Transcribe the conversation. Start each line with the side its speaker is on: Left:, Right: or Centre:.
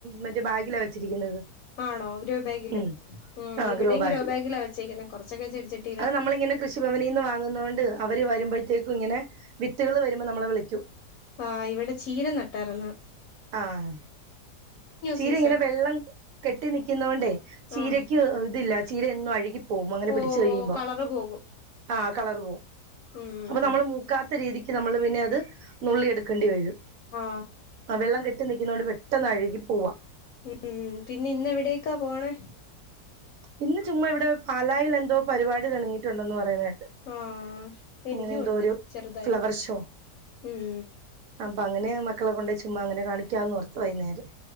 Right: മറ്റേ ബാഗില വെച്ചിരിക്കുന്നത്
Left: ആണോ ഗ്രോ ബാഗില്
Right: ഉം
Left: ഉം
Right: ആഹ്
Left: ഇവിടെയും
Right: ബാഗില്
Left: ഗ്രോ ബാഗിലാ വെച്ചേക്കുന്നത് കൊറച്ചൊക്കെ ചെടി
Right: അത് നമ്മളിങ്ങനെ കൃഷിഭവനിൽ നിന്ന് വാങ്ങുന്ന കൊണ്ട് അവര് വരുമ്പോഴത്തേക്കും ഇങ്ങനെ വിത്തുകൾ വരുമ്പോൾ നമ്മളെ വിളിക്കും.
Left: ആഹ് ഇവിടെ ചീര നട്ടറന്ന്
Right: ആണോ ചീര
Left: സീസൺ
Right: ഇങ്ങനെ വെള്ളം കെട്ടി നിൽക്കുന്ന കൊണ്ടേ ചീരയ്ക്ക്
Left: ആഹ്
Right: ഇതില്ല ചീര എന്നും അഴുകി പോമ്പ അങ്ങനെ പിടിച്ച്
Left: ഓ
Right: കഴിയുമ്പോൾ
Left: കളറ് പോകും
Right: ആ കളർ പോകും
Left: ഉം
Right: അപ്പോൾ നമ്മൾ ക്കാത്ത രീതിക്ക് നമ്മൾ പിന്നെ അത് നുള്ളി എടുക്കേണ്ടി വരും
Left: ആഹ്
Right: ആഹ് വെള്ളം കെട്ടി നിൽക്കുന്ന കൊണ്ട് പെട്ടെന്ന് അഴുകി പോവാ
Left: ഉം പിന്നെ ഇന്നവിടേക്കാ പോണേ
Right: ഇന്ന് ചുമ്മ ഇവിടെ പാലായിൽ എന്തോ പരിപാടി തുടങ്ങിട്ടുണ്ടന്ന് പറയുന്ന കേട്ട്
Left: ആ എനിക്കും
Right: അങ്ങനെ എന്തോ
Left: ഉണ്ട്
Right: ഒരു
Left: ചെറുതായിട്ട്
Right: ഫ്ലവർ ഷോ
Left: ഉം
Right: അപ്പൊ അങ്ങനെ മക്കളെ കൊണ്ട് ചുമ്മാ അങ്ങനെ കാണിക്കാന്ന്‌ ഓർത്തു വൈകുനേരം.